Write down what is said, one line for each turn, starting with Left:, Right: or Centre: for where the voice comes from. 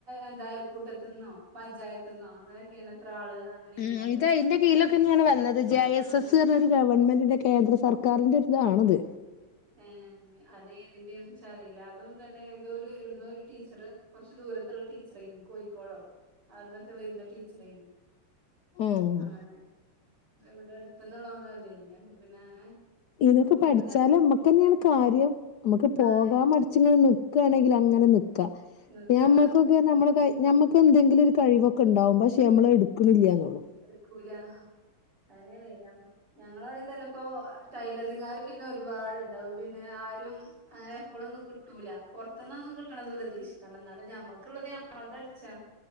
Right: എന്താലും കൂട്ടത്തിന്നോ പഞ്ചായത്തിന്നോ അങ്ങനെഓക്കെയാണ് എത്ര ആള് അങ്ങനെ
Left: ഉം
Right: ഇനി അത്
Left: ഇത് അയിന്റെ കീഴിലൊക്കെ തന്നെയാണ് വന്നത്. ജെ. എസ്
Right: ആണല്ലേ
Left: എസ് പറഞ്ഞ ഒരു ഗവൺമെന്റിന്റെ കേന്ദ്ര സർക്കാരിന്റെ ഇതിലാണത്
Right: ആഹ് അത് ഇതിന്റെ കുറിച്ച് അറിയില്ല അതും തന്നെ ഇത് ഒരു ഇടുന്ന ഒരു ടീച്ചറ് കുറച്ച് ദൂരത്തുള്ള ടീ ച്ചറെ കോഴിക്കോടോ അവിടുന്നൊക്കെ വരുന്ന ടീച്ചറായിരുന്നു
Left: ഉം
Right: അങ്ങനെ ഇവിടെ അടുത്തോന്നുഉള്ളതൊന്നും അല്ലെനി അപ്പ പിന്നെ അങ്ങനെ
Left: ഇതൊക്കെ പഠിച്ചാല്
Right: ഓലും തന്നെ
Left: നമ്മക്ക് തന്നെയാണ് കാര്യം നമ്മുക്ക് പോകാൻ
Right: ആണ്
Left: മടി ച്ചിങ്ങനെ നിക്കണെങ്കിൽ അങ്ങനെ നിക്കാ
Right: നിക്ക
Left: പിന്നെ നമ്മക്കൊക്കെ നമ്മടെ കാര്യ നമ്മ ക്കെന്തെങ്കിലും ഒരു കഴിവൊക്കെ ഉണ്ടാവും പക്ഷേ നമ്മള് എടുക്കണില്ല്യന്നുള്ളു.
Right: എട്ക്കൂല അങ്ങനെയാണെ ഞ ഞങ്ങളെ അവിടെയും തന്നെ ഇപ്പോ ടൈലറിംഗ് കാര് പിന്നെ ഒരുപാട്ണ്ടാവും പിന്നെ ആരും അങ്ങനെ എപ്പോഴൊന്നും കിട്ടൂല പുറത്ത് നിന്നൊന്നും കിട്ടണത് പ്രതീക്ഷിക്കണ്ട എന്നാലും ഞമ്മക്കുള്ളത് ഞമ്മളത് അടിച്ചാ